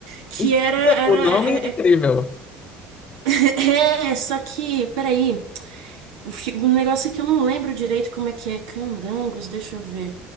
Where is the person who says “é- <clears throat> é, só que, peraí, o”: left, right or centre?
Right